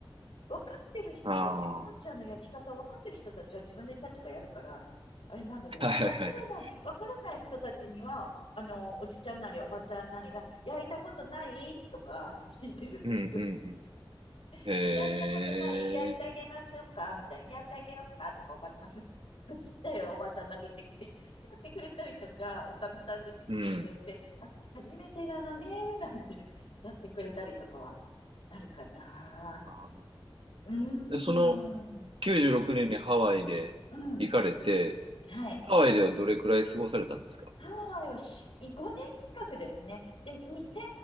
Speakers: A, on the left (about 75°); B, on the right (about 70°).
A: 分かってる人たち、
B: ああ、
A: もんじゃの焼き方を分かってる人たちは自分でチャチャカやるから、
B: は
A: あれなんだけど、
B: いはいはいはい。
A: 分からない、分からない人たちには、あの、おじちゃんなりおばちゃんなりが、焼いたことないとか聞いてる。
B: うんうんうん。
A: <laughs>
B: えー、
A: 焼いたことない焼いてあげましょうかみたいな。焼いてあげようかとか、おばちゃん。<laughs> ちっちゃいおばちゃんが出てきて、<laughs> やってくれたりとか、おかみさん出てきてくれて、
B: うん。
A: あ、初めてなのね、なんてやってくれたりとかはあるかな。
B: あーなるほど
A: うーん。
B: で、その
A: うん
B: 96年にハワイで行かれて、
A: うんうん。はい。
B: ハワイではどれくらい過ごされたんですか
A: ハワイをし、5年近くですね。で、2000、